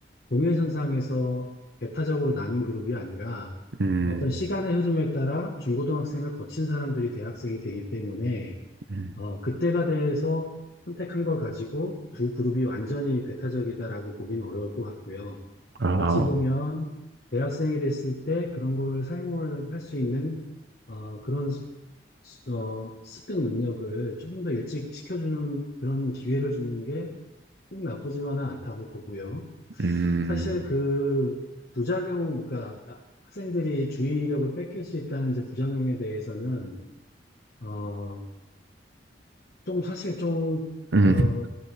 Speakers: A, on the left; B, on the right.
A: 동일선상에서 배타적으로 나뉜 그룹이 아니라
B: 음,
A: 어떤 시간의 흐름에 따라 중고등학생을 거친 사람들이 대학생이 되기 때문에
B: 음.
A: 어, 그때가 돼서 선택한 걸 가지고 두 그룹이 완전히 배타적이다라고 보기는 어려울 것 같고요.
B: 아,
A: 어찌 보면 대학생이 됐을 때 그런 걸 사용을 할 수 있는 어, 그런 수- 수- 어, 습득 능력을 조금 더 일찍 시켜주는 그런 기회를 주는 게 꼭 나쁘지만은 않다고 보고요.
B: 음,
A: 사실 그 부작용, 그러니까 아, 학생들이 주의력을 뺏길 수 있다는 이제 부작용에 대해서는 어, 좀 사실 좀
B: 음,
A: 어,